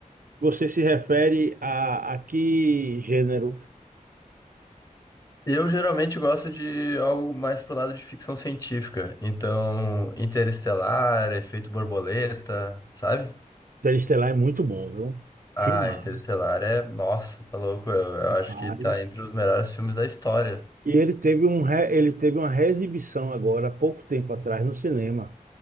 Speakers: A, on the right; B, on the left.
A: você se refere a, a que gênero?
B: Eu geralmente gosto de algo mais pro lado de ficção científica. Então, Interestelar, Efeito Borboleta, sabe?
A: Interestelar é muito bom, viu?
B: Ah,
A: Filmaço,
B: Interestelar é. Nossa, tá louco. Eu, eu
A: rapaz.
B: acho que tá entre os melhores filmes da história.
A: E ele teve um, re- ele teve uma reexibição agora, há pouco tempo atrás, no cinema,